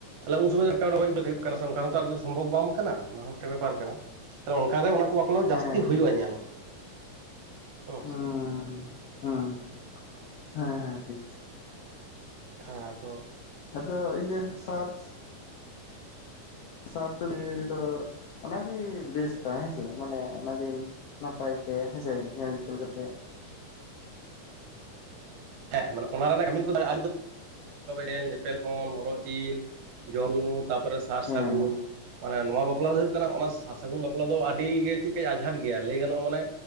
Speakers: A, on the right; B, on the left.
A: ᱟᱞᱮ ᱩᱱ ᱥᱚᱢᱚᱭ ᱦᱩᱭᱩᱜ ᱠᱟᱱᱟ ᱥᱮ ᱚᱱᱠᱟ ᱥᱚᱢᱵᱷᱚᱵᱽ ᱵᱟᱝ ᱠᱟᱱᱟ ᱚᱱᱟ ᱦᱚᱸ ᱢᱤᱫᱴᱮᱱ ᱵᱮᱯᱟᱨ ᱠᱟᱱᱟ ᱛᱟᱦᱚᱞᱮ ᱚᱱᱠᱟ ᱜᱮ ᱚᱱᱟ ᱠᱚ ᱵᱟᱯᱞᱟ ᱫᱚ
B: ᱦᱮᱸ
A: ᱡᱟᱹᱥᱛᱤ ᱡᱟᱹᱥᱛᱤ ᱦᱩᱭᱩᱜᱼᱟ
B: ᱴᱷᱤᱠ
A: ᱧᱮᱞᱚᱜᱼᱟ ᱦᱮᱸ
B: ᱦᱩᱸ
A: ᱥᱮ
B: ᱦᱩᱸ ᱦᱮᱸ
A: <inaudible>
B: ᱦᱮᱸ ᱴᱷᱤᱠ
A: ᱦᱮ ᱛᱚ
B: ᱟᱫᱚ ᱤᱧ ᱥᱟᱨᱪ ᱥᱟᱨ ᱥᱤ ᱫᱚ ᱚᱱᱟᱜᱮ ᱵᱮᱥᱴᱟ ᱦᱮᱸᱥᱮ ᱢᱟᱱᱮ ᱚᱱᱟᱜᱮ ᱱᱟᱯᱟᱭ ᱛᱮ ᱦᱮᱸᱥᱮ ᱧᱮᱞ ᱧᱮᱯᱮᱞ ᱠᱟᱛᱮ
A: ᱦᱮᱸ ᱢᱟᱱᱮ ᱚᱱᱟ ᱨᱮᱱᱟᱜ ᱠᱟᱹᱢᱤ ᱠᱚᱫᱚ <unintelligible> ᱧᱮᱞ ᱧᱮᱯᱮᱞ ᱠᱷᱚᱱ ᱦᱚᱨᱚᱜ ᱡᱤᱱ ᱡᱚᱢ ᱧᱩ ᱛᱟᱯᱚᱨᱮ ᱥᱟᱨ
B: ᱦᱮᱸ
A: ᱥᱟᱹᱜᱩᱱ ᱢᱟᱱᱮ ᱱᱚᱣᱟ ᱵᱟᱯᱞᱟ ᱫᱚ ᱦᱩᱭᱩᱜ ᱠᱟᱱᱟ ᱚᱱᱟ ᱥᱟᱨ ᱥᱟᱹᱜᱩᱱ ᱵᱟᱯᱞᱟ ᱫᱚ ᱟᱹᱰᱤᱜᱮ ᱪᱮᱫ ᱠᱟᱹ ᱟᱡᱡᱷᱟᱴ ᱜᱮᱭᱟ ᱞᱟᱹᱭ ᱜᱟᱱᱚᱜᱼᱟ ᱢᱟᱱᱮ